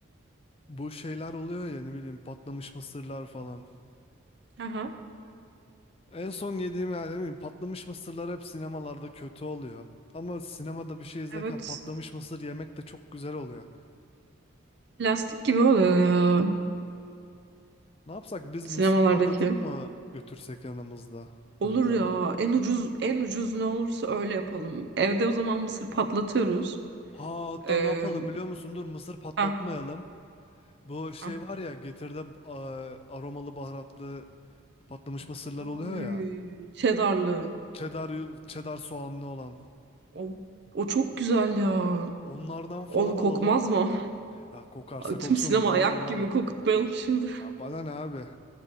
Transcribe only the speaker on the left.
Bu şeyler oluyor ya ne bileyim patlamış mısırlar falan.
En son yediğim yani ne bileyim patlamış mısırlar hep sinemalarda kötü oluyor. Ama sinemada bir şey izlerken
patlamış mısır yemek de çok güzel oluyor.
Ne yapsak biz
mısır patlatıp mı götürsek yanımızda
önden?
Ha hatta
ne yapalım biliyor musun? Dur mısır patlatmayalım.
Bu şey
var ya Getir'de a- aromalı baharatlı patlamış mısırlar
oluyor ya.
Cheddar, cheddar soğanlı olan.
Onlardan falan
alalım.
Ya kokarsa
koksun
bana
ne abi?
Ya bana ne abi?